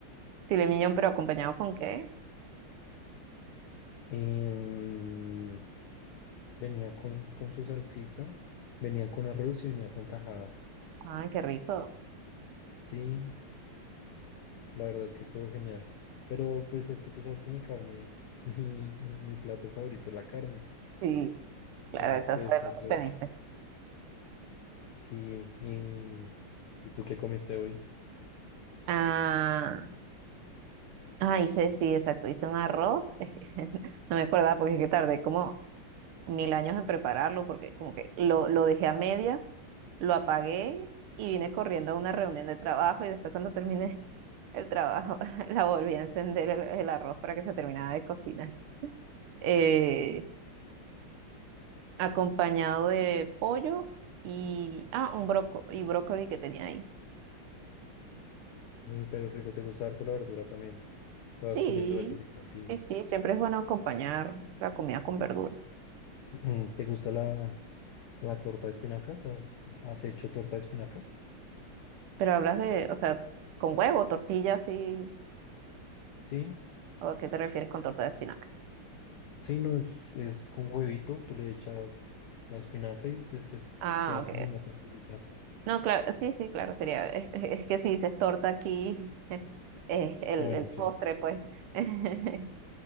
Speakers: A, on the right; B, on the left.
A: Filet mignon, pero acompañado con qué?
B: Em, venía con, con su salsita, venía con arroz y venía con tajadas.
A: Ay, qué rico.
B: Sí, la verdad es que estuvo genial. Pero pues es que tú sabes que mi carne, <laughs> mi, mi plato favorito es la carne.
A: Sí, claro,
B: Entonces,
A: eso
B: pues
A: fue lo
B: aprovecho.
A: que pediste.
B: Sí, y, ¿y tú qué comiste hoy?
A: Ah, ah, hice, sí, exacto, hice un arroz. Es que <laughs> no me acordaba porque es que tardé como mil años en prepararlo, porque como que lo, lo dejé a medias, lo apagué y vine corriendo a una reunión de trabajo y después cuando terminé el trabajo, <laughs> la volví a encender el, el arroz para que se terminara de cocinar. Eh, acompañado de pollo y, ah, un broco y brócoli que tenía ahí.
B: Mm, pero rico, te gusta harto la verdura también. O sea,
A: Sí,
B: vas comiendo verduritas, sí.
A: sí, sí, siempre es bueno acompañar la comida con verduras.
B: Mm, <clears throat> ¿Te gusta la, la torta de espinacas? ¿Has, has hecho torta de espinacas?
A: Pero hablas de, o sea, con huevo, tortilla, sí,
B: Sí,
A: ¿o a qué te refieres con torta de espinaca?
B: sí, no, es, es con huevito, tú le echas la espinaca y pues se f-
A: Ah,
B: queda
A: ok.
B: como una tortillita.
A: No, claro, sí, sí, claro, sería, es, es que si dices torta aquí, <laughs> es el,
B: Ah, bueno,
A: el
B: sí.
A: postre, pues. <laughs>